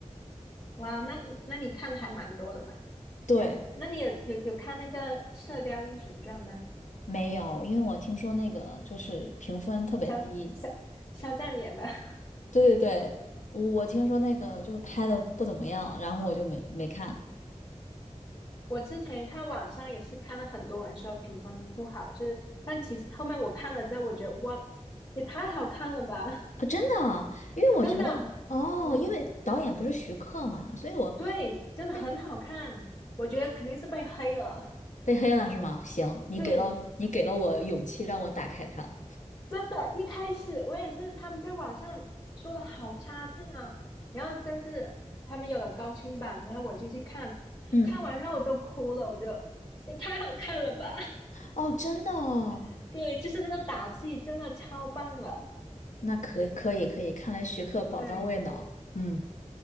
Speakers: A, on the left; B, on the left.
A: 哇，那那你看的还蛮多的嘛。
B: 对，
A: 然后，那你有有有看那个《射雕英雄传》吗？
B: 没有，因为我听说那个就是评分特别低。
A: 肖肖肖战演的。<laughs>
B: 对对对，我我听说那个就是拍的不怎么样，然后我就没没看。
A: 我之前看网上也是看了很多人说评分不好，就是但其实后面我看了之后，我觉得哇，也太好看了吧，
B: 啊，真的啊因为我觉得哦，
A: <laughs> 真的啊，嗯。
B: 因为导演不是徐克嘛，所以我
A: 对，真的很好看，
B: 被
A: 我觉得肯定是被黑了。
B: 被黑了是吗？行，你给了你给了我勇气，
A: 对，
B: 让我打开它。
A: 真的，一开始我也是他们在网上说的好差劲啊，然后但是他们有了高清版之后，我就去看，
B: 嗯，
A: 看完之后我都哭了，我觉得也太好看了吧！
B: 哦，真的哦，
A: <laughs> 对，就是那个打戏真的超棒的。
B: 那可以可以可以，看来徐克宝刀未老。
A: 对，
B: 嗯，